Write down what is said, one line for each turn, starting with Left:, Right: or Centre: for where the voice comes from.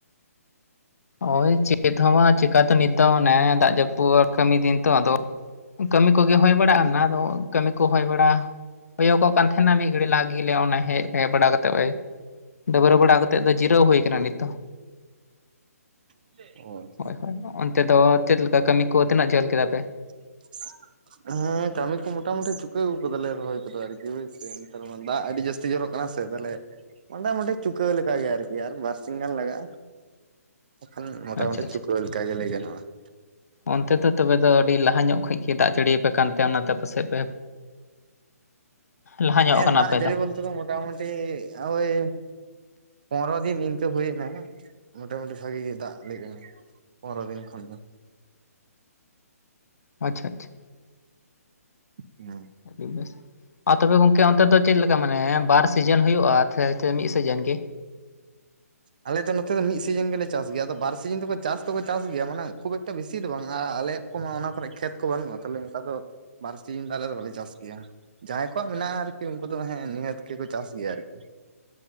Left: ᱳᱭ ᱪᱮᱫ ᱦᱚᱸ ᱵᱟᱝ ᱪᱮᱠᱟᱛᱮ ᱱᱤᱛ ᱚᱱᱮ ᱫᱟᱜ ᱡᱟᱹᱯᱩᱫ ᱠᱟᱹᱢᱤ ᱫᱤᱱ ᱛᱚ ᱟᱫᱚ, ᱠᱟᱹᱢᱤ ᱠᱚ ᱜᱮ ᱦᱳᱭ ᱵᱟᱲᱟᱜᱼᱟ ᱚᱱᱟ ᱫᱚ ᱠᱟᱹᱢᱤ ᱠᱚ ᱦᱳᱭ ᱵᱟᱲᱟᱜᱼᱟ᱾ ᱦᱩᱭᱩᱜᱚᱜ ᱠᱟᱱ ᱛᱟᱦᱮᱸᱱᱟ ᱢᱤᱫ ᱜᱷᱟᱹᱲᱤ ᱞᱟᱜᱤᱞᱮ ᱚᱱᱮ ᱦᱮᱡ ᱦᱮᱡ ᱵᱟᱲᱟ ᱠᱟᱛᱮᱜ ᱰᱟᱹᱵᱨᱟᱹ ᱵᱟᱲᱟ ᱠᱟᱛᱮᱜ ᱫᱚ ᱡᱤᱨᱟᱹᱣ ᱦᱳᱭ ᱟᱠᱟᱱᱟ ᱱᱤᱛᱳᱜ᱾
Right: <unintelligible>
Left: ᱦᱳᱭ ᱦᱳᱭ, ᱚᱱᱛᱮ ᱫᱚ ᱪᱮᱫ ᱞᱮᱠᱟ ᱠᱟᱹᱢᱤ ᱠᱚ ᱛᱤᱱᱟᱹᱜ ᱡᱷᱟᱹᱞ ᱠᱮᱫᱟ ᱯᱮ?
Right: <unintelligible> ᱦᱮᱸ, ᱠᱟᱹᱢᱤ ᱠᱚ ᱢᱚᱴᱟᱢᱩᱴᱤ ᱪᱩᱠᱟᱹ ᱟᱹᱜᱩ ᱠᱟᱫᱟᱞᱮ ᱨᱚᱦᱚᱭ ᱠᱚ ᱫᱚ ᱟᱨᱠᱤ ᱦᱳᱭ ᱥᱮ ᱱᱮᱛᱟᱨ ᱢᱟ ᱫᱟᱜ ᱟᱹᱰᱤ ᱡᱟᱹᱥᱛᱤ ᱾ ᱛᱤ ᱡᱚᱨᱚᱜ ᱠᱟᱱᱟ ᱥᱮ ᱢᱚᱴᱟᱢᱩᱴᱤ ᱪᱩᱠᱟᱹᱣ ᱞᱮᱠᱟᱜ ᱜᱮ ᱟᱨᱠᱤ ᱟᱨ ᱵᱟᱨ ᱥᱤᱧ ᱜᱟᱱ ᱞᱟᱜᱟᱜᱼᱟ᱾ ᱮᱱᱠᱷᱚᱱ ᱢᱚᱴᱟ
Left: ᱟᱪᱪᱷᱟ
Right: ᱢᱩᱴᱤ
Left: ᱟᱪᱪᱷᱟ
Right: ᱪᱩᱠᱟᱹᱣ ᱞᱮᱠᱟ ᱜᱮ ᱞᱟᱹᱭ ᱜᱟᱱᱚᱜ ᱼᱟ ᱾
Left: ᱚᱱᱛᱮ ᱫᱚ ᱛᱚᱵᱮ ᱫᱚ ᱟᱹᱰᱤ ᱞᱟᱦᱟ ᱧᱚᱜ ᱠᱷᱚᱡ ᱜᱮ ᱫᱟᱜ ᱡᱟᱹᱲᱤ ᱯᱮ ᱠᱟᱱᱛᱮ ᱚᱱᱟ ᱛᱮ ᱯᱟᱥᱮᱡ ᱯᱮ ᱞᱟᱦᱟ ᱧᱚᱜ
Right: ᱦᱮᱸ,
Left: ᱠᱟᱱᱟ
Right: ᱫᱟᱜ
Left: ᱟᱯᱮ
Right: ᱡᱟᱹᱲᱤ ᱵᱳᱞᱛᱮ ᱫᱚ ᱢᱳᱴᱟᱢᱩᱴᱤ ᱳᱭ ᱯᱚᱱᱮᱨᱚ ᱫᱤᱱ ᱤᱝᱠᱟᱹ ᱦᱩᱭᱱᱟ ᱢᱳᱴᱟ ᱢᱩᱴᱤ ᱵᱷᱟᱹᱜᱮ ᱜᱮ ᱫᱟᱜ ᱞᱮᱜᱼᱟ ᱾ ᱯᱚᱱᱮᱨᱚ ᱫᱤᱱ ᱠᱷᱚᱱ ᱦᱚᱸ,
Left: ᱟᱪᱪᱷᱟ ᱟᱪᱪᱷᱟ,
Right: ᱦᱮᱸ,
Left: ᱟᱹᱰᱤ ᱵᱮᱥ, ᱟᱨ ᱛᱚᱵᱮ ᱜᱚᱢᱠᱮ ᱚᱱᱛᱮ ᱫᱚ ᱪᱮᱫ ᱞᱮᱠᱟ ᱢᱟᱱᱮ ᱵᱟᱨ ᱥᱤᱡᱤᱱ ᱦᱳᱭᱳᱜᱼᱟ? ᱦᱚᱭ ᱛᱚ ᱢᱤᱫ ᱥᱤᱡᱤᱱ ᱜᱮ,
Right: <unintelligible> ᱟᱞᱮᱚ ᱱᱚᱛᱮ ᱫᱚ ᱢᱤᱫ ᱥᱤᱡᱤᱱ ᱜᱮ ᱞᱮ ᱪᱟᱥ ᱟᱞᱮ ᱫᱚ ᱱᱚᱛᱮ ᱫᱚ ᱢᱤᱫ ᱥᱤᱡᱤᱱ ᱜᱮᱞᱮ ᱜᱮᱭᱟ ᱟᱫᱚ ᱵᱟᱨ ᱥᱤᱡᱤᱱ ᱫᱚ ᱠᱚ ᱪᱟᱥ ᱫᱚ ᱠᱚ ᱪᱟᱥ ᱜᱮᱭᱟ ᱢᱟᱱᱮ ᱠᱷᱩᱵ ᱮᱠᱴᱟ ᱵᱮᱥᱤ ᱫᱚ ᱵᱟᱝ ᱟᱨ ᱟᱞᱮ ᱠᱚᱢᱟ ᱚᱱᱟ ᱠᱚᱨᱮ ᱠᱷᱮᱛ ᱠᱚ ᱵᱟᱹᱱᱩᱜᱼᱟ ᱛᱟᱦᱚᱞᱮ ᱚᱝᱠᱟ ᱫᱚ ᱵᱟᱨ ᱥᱤᱡᱤᱱ ᱫᱚ ᱟᱞᱮ ᱫᱚ ᱵᱟᱞᱮ ᱪᱟᱥ ᱜᱮᱭᱟ ᱾ ᱡᱟᱦᱟᱸᱭ ᱠᱚᱣᱟᱜ ᱢᱮᱱᱟᱜᱼᱟ ᱟᱨᱠᱤ ᱩᱱᱠᱩ ᱫᱚ ᱱᱤᱦᱟᱹᱛ ᱜᱮ ᱠᱚ ᱪᱟᱥ ᱜᱮᱭᱟ ᱟᱨᱠᱤ,